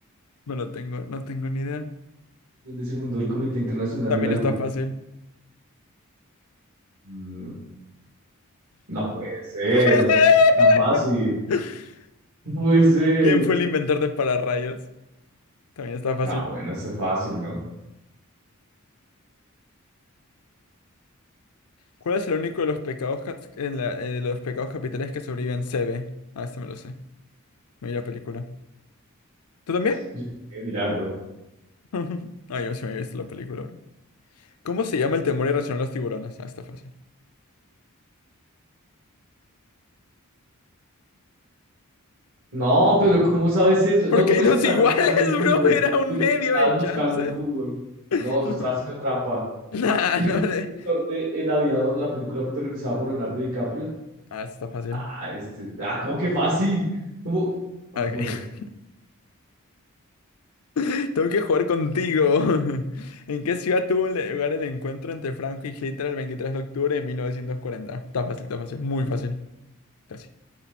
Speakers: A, on the left; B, on the right.
A: No lo tengo, no tengo ni idea.
B: donde se fundó el Comité Internacional
A: También
B: de la Cruz.
A: está fácil.
B: Mm, no puede ser,
A: <laughs>
B: no creo que sea tan fácil. <laughs> No puede ser.
A: ¿Quién fue el inventor de pararrayos? También está fácil.
B: Ah, bueno, eso es fácil, ¿no?
A: ¿Cuál es el único de los pecados, ca- en la- eh, los pecados capitales que sobreviven C B? Ah, este me lo sé. Me vi la película. ¿Tú también?
B: Yo- qué milagro.
A: <laughs> Ah, yo sí me había visto la película. bro. ¿Cómo se llama el temor irracional a los tiburones? Ah, está fácil.
B: No, pero ¿cómo sabes eso?
A: Porque
B: No, tú
A: hay
B: los
A: dos
B: estás
A: iguales,
B: buscando en Google.
A: bro. Era un
B: Tú las
A: medio
B: estabas
A: de
B: buscando
A: chances.
B: en Google.
A: <laughs>
B: No, tú
A: No.
B: estás haciendo trampa.
A: Nah,
B: ¿Quién
A: no
B: es el
A: de.
B: director de El Aviador, la película protagonizada por Leonardo DiCaprio?
A: Ah, está fácil.
B: Ah, este, ah, ¿cómo que fácil? ¿Cómo? Ah,
A: Ok.
B: bueno, sí.
A: <laughs> Tengo que jugar contigo. <laughs> ¿En qué ciudad tuvo lugar el encuentro entre Franco y Hitler el 23 de octubre de 1940? Está fácil, está fácil. Muy fácil. Casi.